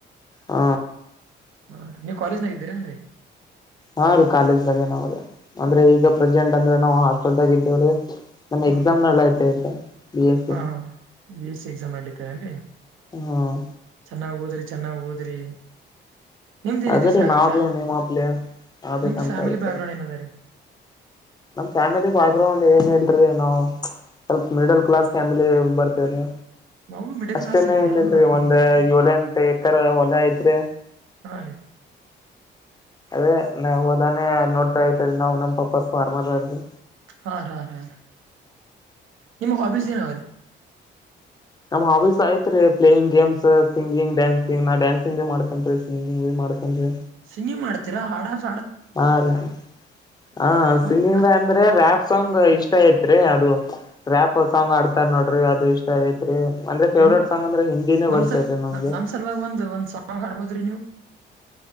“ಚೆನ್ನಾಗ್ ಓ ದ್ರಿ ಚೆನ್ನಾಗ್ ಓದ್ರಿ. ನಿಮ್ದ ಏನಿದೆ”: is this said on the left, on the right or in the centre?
Right